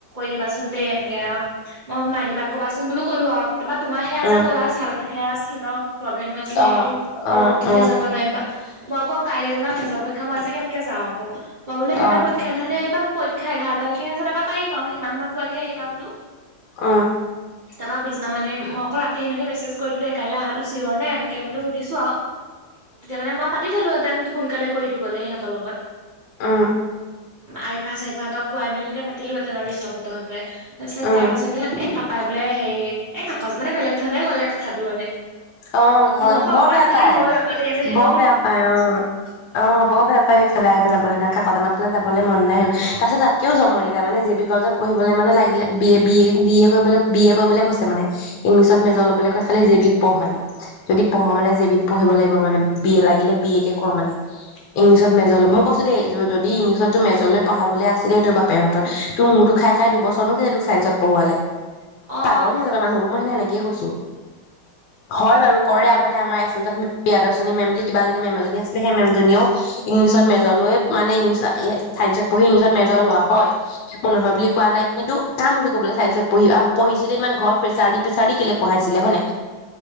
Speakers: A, on the right; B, on the left.
A: দিবাচোন দেই এনেকে মই মাইনিবাক কবাচোন বুলিও ক'লো আৰু তাৰ তোাৰ সেয়া
B: উম,
A: যে কলা চাল সেয়া কিনো প্ৰব্লেম হৈ আছিলে
B: অ',
A: সেইকদিন ৰ'দ
B: অ',
A: দিনা
B: অ', অ',
A: যাব নোৱাৰিবা। মই আকৌ কাইলৈ যে মেজৰ পৰক্ষা মই আজি কেনেকে যাওঁ আকৌ পাবলৈ একেবাৰে
B: অ',
A: পক্ষা দিনাখন আহি পাম। পৰক্ষা এঘাৰটালৈকে আছে তাৰ পৰা। পাৰিম আৰু সিমান সময়ত পোৱাকে আহিবা বোলো
B: উম,
A: তাৰপা পিছনাখনি মই আকৌ ৰাতি সিননানি মেছেজ কৰিলো দেই কাইলৈ আহহটো চিয়ৰ নে এনেকে বো সুধিছো আৰু তেতিয়া মই কাতি থলো অউ তেন সোনকালে কৰি দিব ল সিহঁতৰ লগত।
B: অ
A: আইফা চাৰিফাহঁত কাই মেলি এনেকে পালোহঁতেন ৰি ফতহতোৱে তাৰপিছ
B: উম,
A: তাই কৈছে বোলে এ পাপ পাই বোলে হে এই কাকজ মানে বেলেগ ধৰণে গ'লে কথাটো মানে
B: অ',
A: মোৰ আকৌ
B: বৰ
A: অকনমান
B: বেয়া
A: ফিল
B: পায়।
A: হল আকতে দে যে সিহ
B: বৰ বেয়া পায় অ অ বৰ বেয়া পায় সেইফালে আহিফালে ব ন ক। যাবলৈ মন নাই হেন তাৰ পিছত তাতকেও জমনি তা মানে জে বি কলেজত পঢ়িবলৈ মানে লাগিলে এ এ বি এ কৰিবলৈ বি এ কৰিবলৈ কৈছে মানে ইংলিছত মেজৰ ল'বলৈ কৈ খালি জেবিত পঢ় মানে যদি পঢ়ো মানে জে বিধ পঢ়িব লাগিব মানে বি এ লাগিলে বি এ কে কৰ মানে ইংলিছত মেজৰ ল মই কৈছো দেই যদি ইংলিছত তোৰ মেজৰলৈ পঢ়াবলৈ আছিলে সেইটো বাপেহঁতৰ তোৰ মোৰতো খাই খাই দুবছৰ নোকৈ তোক চাইন্সত পোৱালে
A: অ
B: পাগল নিজাদা মানুহবোৰ মইে সেনেকে কি কৈছো। হয় বাৰু কৰে আগতে আমাৰ এ বিয়াদশনী মেম বুলি কিবাী মেম এী আছিলে সেই মেমীয়েও ইংলিছত মেজৰ লৈ মানে ইংলিছ ছাইন্সত পঢ়ি ইংলিছত মেজৰ লোৱা হয় মই নহয় বুলি কোৱা নাই কিন্তু কাম বুলি কোলে চাইন্সত পঢ়ি পঢ়িছিলে ইমান ঘৰত প্ৰেছাৰ দি প্ৰেছাৰ দি কেলে পঢ়াইছিলে হয় ননে